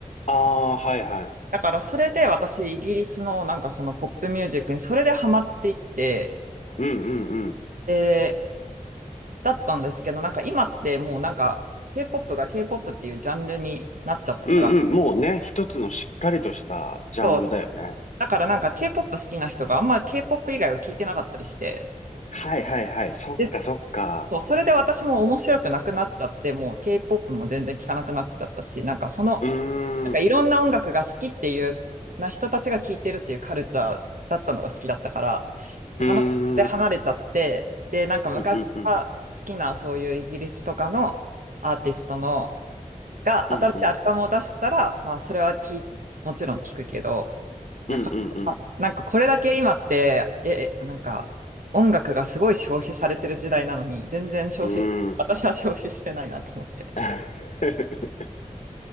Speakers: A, on the left; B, on the right.
A: ああ、はいはい。
B: だからそれで私、イギリスのなんかそのポップミュージックにそれでハマっていって、
A: うんうん
B: で、だったんですけど、なんか今ってもうなんか K-POP が K-POP っていうジャンルになっちゃったから、
A: うんうん。もうね、一つのしっかりとしたジャンルだよね。
B: そう、だからなんか K-POP 好きな人があんま K-POP 以外は聞いてなかったりして、
A: はいはいはい。そっかそっか。
B: で、そう、それで私も面白くなくなっちゃって、もう K-POP も全然聞かなくなっちゃったし、なんかその
A: うーん。
B: なんかいろんな音楽が好きっていうな人たちが聴いてるっていうカルチャーだったのが好きだったから、
A: う
B: なかなかそれで離れちゃって、
A: ーん。うん
B: で、なんか昔から好きなそういうイギリスとかのアーティストの
A: うんうん。
B: が新しいアルバムを出したら、
A: うんうん。
B: まあそれはきもちろん聴くけど、
A: うんうん
B: なかなか、なんかこれだけ今って、え、なんか音楽がすごい消費されてる時代なのに、全然消費、
A: うん。うーん。
B: 私は消費してないなと思って。
A: <laughs>